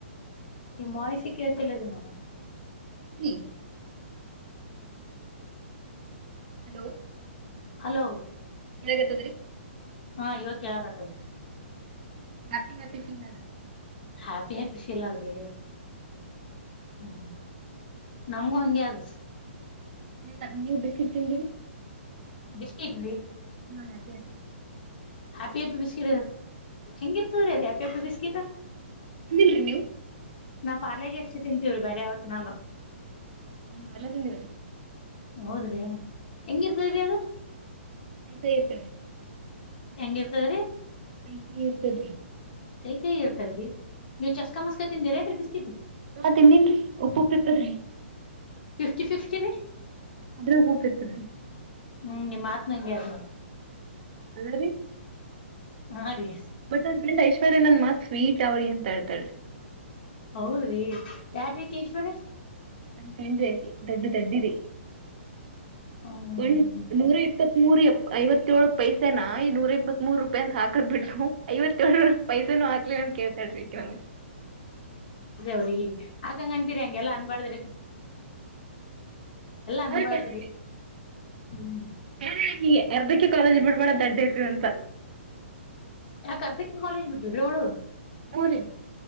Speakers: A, on the left; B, on the right.
A: ನಿಮ್ ವಾಯ್ಸ್ ಕೇಳ್ತಿಲ್ಲ <unintelligible> ನೋಡ
B: ರಿ ಹಲೋ
A: ಹಲೋ
B: ಏನಾಗತ್ತದ್ರರಿ
A: ಹಾ ಇವಾಗ್ ಕೇಳಾಕತಾದ್ರಿ
B: ಹ್ಯಾಪಿ ಹ್ಯಾಪಿ ಸೀನ್ ಅದ್
A: ಹ್ಯಾಪಿ ಹ್ಯಾಪಿ ಸಿಲಾದ್ರಿ ಹ್ಮ್ ನಮಗೂ ಹಂಗೆ ಅದ
B: ಇಲ್ಲ ನೀವು ಬಿಸ್ಕಟ್ ತಿಂದಿರಿ
A: ಬಿಸ್ಕಿಟ್ ರೀ
B: ಹಾ ಹ್ಯಾಪಿ ಹ್ಯಾಪಿ
A: ಹ್ಯಾಪಿ ಹಪಿ ಬಿಸ್ಕಿಟ್ ಹೆಂಗ್ ಇರ್ತದ್ರಿ ಅದ ಹ್ಯಾಪಿಹ್ಯಾಪಿ ಬಿಸ್ಕಿಟ್
B: ತಿಂದಿಲ್ರಿ ನೀವು
A: <unintelligible> ನಾ ಪಾರ್ಜ್ ಎಷ್ಟು ತಿಂತೀವೀ ಬೇರೆ ಯವತ್ತಿನಲ್ಲ
B: ಹ್ಮ್ ಎಲ್ಲ ತಿದಿವರೀ
A: ಹೌದ್ರಿ ಹೆಂಗಿರ್ತವ್ರಿ ಅದು
B: <unintelligible> ಸ ಇತ
A: ಹೆಂಗಿರ್ತದ್ರಿ
B: ಕೈ ಕಹಿ ಇರ್ತದ್ರಿ
A: ಕೈ ಕೈ ಇರ್ತದ್ರೀ ನೀವು ಚಸ್ಕ ಮಸ್ಕ ತಿಂದಿರೇನ್ರಿ ಬಿಸ್ಕಿಟ್
B: ಹಾ ತಿನ್ನಿನ್ರಿ ಉಪ್ಪುಉಪ್ ಇರ್ತದ್ರಿ
A: ಫಿಫ್ಟಿ ಫಿಫ್ಟಿ ರಿ
B: ಅದ್ರೂ ಉಪ್ಪುಪ್ ಇರ್ತದ್ರಿ
A: ಹ್ಮ್ ನಿಮ್ಮ್ ಮಾತ್ ನಂಗೆ ಅದ್ ನೋಡ್
B: <unintelligible> ಹ
A: ಹಾ ರೀ
B: ಬಟ್ ಒಂದ್ ಫ್ರೆಂಡ್ ಐಶ್ವರ್ಯ ನನ್ ಮಾತ್ ಸ್ವೀಟ್ ಅವಿ ಅಂತ ಹೇಳ್ತಾರಿ
A: ಹೌದ್ರಿ ಯಾರಿಕಿ ಐಶ್ವರ್ಯ
B: ಅ ತಿಿಂದಿ ಯಾಕಿ ದೊಡ್ಡ ದೊಡ್ಡಿರಿ
A: ಹ್ಮ್
B: ಒಂದ್ ನೂರ ಇಪ್ಪ. ಇಪ್ಪತ್ತ್ೂರುಪ್ಪ ಐವತ್ತೇಳು ಪೈಸೇನಾ ಈ ನೂರ ಇಪ್ಪತ್ ಮೂರು ರೂಪಾಯಿ ಅಂತ ಹಾಕೋದು ಬಿಡು ಐವತ್ತೇಳು ಪೈಸನೂ ಹಾಕ್ಲಿ ನನ್ ಕೇಳ್ತಾಡ್ರಿ ನನ್ಗ್.
A: ಅವಿ ಹಕಾಂಗ ಅಂತಾ ಇರಿ ಹಂಗೆಲ್ಲಾ ಅನ್ಬಾರಡ್ದ್ರಿ ಅನ್ಬಾರ್ದ್ರಿ
B: ಆ ಹೀಗೆ
A: ಹ್ಮ್
B: <unintelligible> ಎರ್ದಕ್ಕೆ ಕಾಲೇಜ್ ಬಿಡ್ಬೇಡ ದಡ್ಡ ಐತಿವ ಅಂತ.
A: ಯಕ ಅಂತ ಕಾಲೇಜ ಬಿಟ್ಟು ದು ಹೇಳು.
B: ಹು ರೀ.